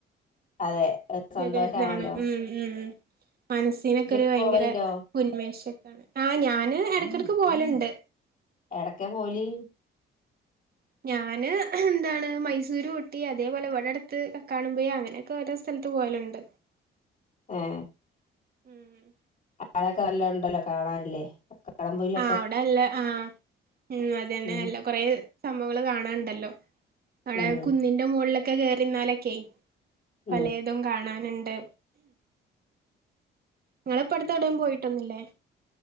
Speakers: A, on the left; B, on the right.
A: അതെ സന്തോഷാണല്ലോ.
B: ഒരു ഇതാണ് ഉം ഉം മനസ്സിനൊക്കൊരു
A: ഇജ്ജൊക്കെ
B: ഭയങ്കര
A: പോവലുണ്ടോ
B: ഉന്മേഷക്കെണ്ട് ആ ഞാന് ഇടയ്ക്കിടക്ക് പോവലുണ്ട്.
A: എടക്കെ പോവല്.
B: ഞാന് എന്താണ് മൈസൂര് ഊട്ടി അതേപോലെ ഇവിടെ അടുത്ത് കാണുമ്പോ അങ്ങനെ ക്കെ ഓരോ സ്ഥലത്ത് പോവലുണ്ട്.
A: ഏഹ്.
B: ഉം
A: ആടൊക്കെ നല്ല ഉണ്ടല്ലോ കാണാൻ ഇല്ലേ. കട പെയിൽ
B: അവിടെ നല്ല ആ ഉം അതന്നെ
A: ഉം
B: നല്ല കൊറെ സംഭവങ്ങൾ കാണാണ്ടല്ലോ. അടെ
A: ഉം
B: കുന്നിന്റെ മുകളിലൊക്കെ കേറിന്നാലൊക്കെ
A: ഉം
B: പലെതും കാണാനുണ്ട്. നിങ്ങളിപ്പോ അടുത്ത് എവിടിം പോയിട്ടൊന്നില്ലേ.